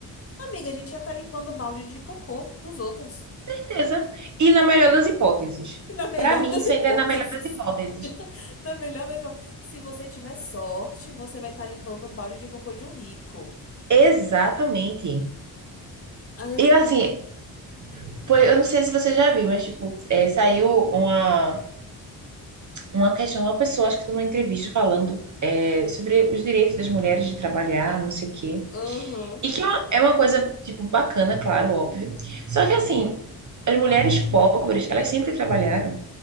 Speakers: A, on the left; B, on the right.
A: Amiga, a gente já tá limpando o balde de cocô dos outros.
B: Certeza. E na melhor das hipóteses.
A: E na melhor
B: Para mim,
A: das
B: isso
A: hipóteses.
B: ainda é na melhor das hipóteses.
A: Na melhor das hipóteses, Se você tiver sorte, você vai estar limpando um balde de cocô de um rico.
B: Exatamente.
A: Aí eu
B: E
A: fico.
B: assim,
A: de-
B: foi, eu não sei se você já viu, mas tipo, é, saiu uma uma questão, uma pessoa, acho que estou numa entrevista falando é, sobre os direitos das mulheres de trabalhar, não sei o quê.
A: Aham.
B: E que é uma é uma coisa, tipo, bacana, claro, óbvio. Só que, assim, as mulheres pobres, elas sempre trabalharam.